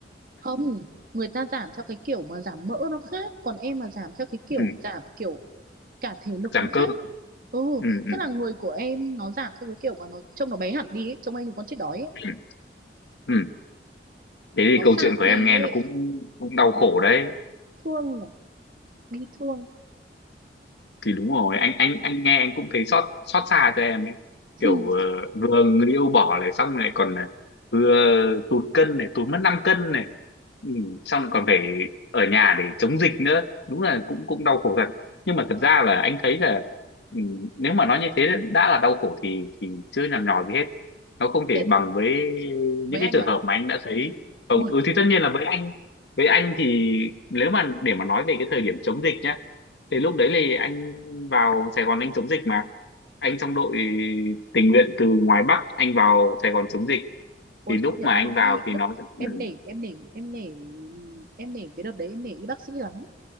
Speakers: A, on the right (about 50°); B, on the left (about 75°).
A: không người ta giảm theo cái kiểu mà giảm mỡ nó khác còn em mà giảm theo cái kiểu
B: <laughs> ừ,
A: giảm kiểu cả thể lực
B: giảm
A: nó
B: cơ
A: khác ừ
B: ừ, ừ,
A: tức là người của em nó giảm theo cái kiểu mà nó trông nó bé hẳn đi ấy. trông anh thì con chết đói ấy.
B: ừ. ừ. thế thì
A: nó
B: câu
A: sạm
B: chuyện của
A: đi
B: em nghe
A: ấy
B: nó cũng cũng đau khổ
A: bị
B: đấy
A: thương nhỉ, bị thương
B: thì đúng rồi anh anh anh nghe anh cũng thấy xót xót xa cho em ấy
A: <laughs>
B: kiểu ờ, vừa người yêu bỏ này xong lại còn là vừa tụt cân này tụt mất 5 cân này ừ, xong lại còn phải ở nhà để chống dịch nữa đúng là cũng cũng đau khổ thật nhưng mà thật ra là anh thấy là ừ, nếu mà nói như thế đã là đau khổ thì thì chưa nhằn nhò gì hết nó không thể
A: thế
B: bằng với
A: với
B: những cái
A: anh
B: trường
A: à
B: hợp mà anh đã thấy không
A: ôi
B: ừ thì tất nhiên là với anh với anh thì nếu mà để mà nói về cái thời điểm chống dịch nhá thì lúc đấy thì anh vào Sài Gòn anh chống dịch mà. Anh trong đội tình nguyện từ ngoài Bắc anh vào Sài Gòn chống dịch.
A: Ôi
B: Thì lúc
A: công nhận
B: mà anh
A: luôn
B: vào
A: ý
B: thì
A: lúc
B: nó sẽ-
A: em
B: ừ,
A: nể em nể em nể em nể cái đợt đấy em nể y bác sĩ lắm